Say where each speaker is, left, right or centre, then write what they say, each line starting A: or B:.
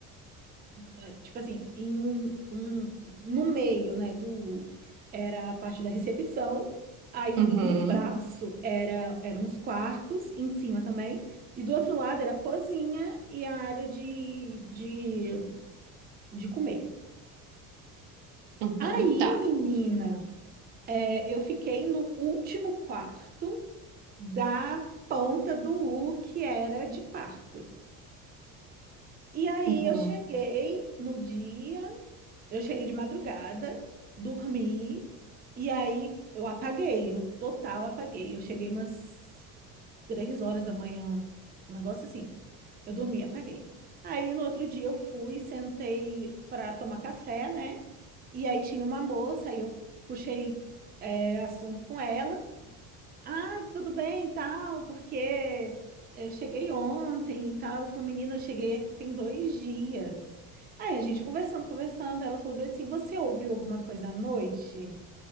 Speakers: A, on the right (about 20°); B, on the right (about 80°).
A: eh, tipo assim, em um, um- no meio, né, do, era a parte da recepção, aí em
B: uhum,
A: um braço era, eram os quartos, em cima também, e do outro lado era a cozinha e a área de, de, de comer.
B: uhum,
A: Aí,
B: tá.
A: menina, eh, eu fiquei no último quarto da ponta do U, que era de quarto. E aí
B: Uhum.
A: eu cheguei no dia, eu cheguei de madrugada, dormi, e aí eu apaguei, eu total apaguei. Eu cheguei umas três horas da manhã, um negócio assim. Eu dormi, e apaguei. Aí no outro dia eu fui, sentei para tomar café, né? E aí tinha uma moça, aí eu puxei é, assunto com ela. Ah, tudo bem, e tal, porque eu cheguei ontem e tal. Ela falou, menina, eu cheguei aqui tem dois dias. Aí a gente conversando, conversando, ela falou bem assim, você ouviu alguma coisa à noite?